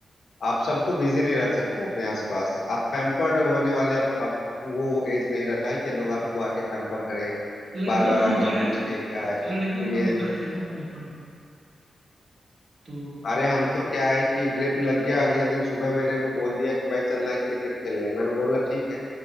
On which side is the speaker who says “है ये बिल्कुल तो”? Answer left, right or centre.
Right